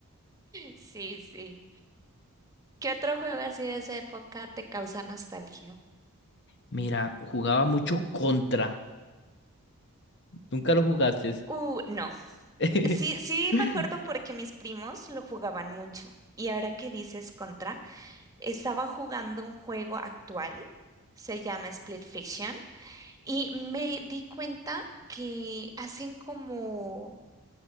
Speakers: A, on the right; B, on the left.
A: sí, sí. ¿Qué otro juego así de esa época te causa nostalgia?
B: Mira, jugaba mucho contra. Nunca lo jugaste.
A: Uh, no.
B: <laughs>
A: Sí, sí me acuerdo porque mis primos lo jugaban mucho. Y ahora que dices Contra, estaba jugando un juego actual, se llama Split Fiction. Y me di cuenta que hacen como,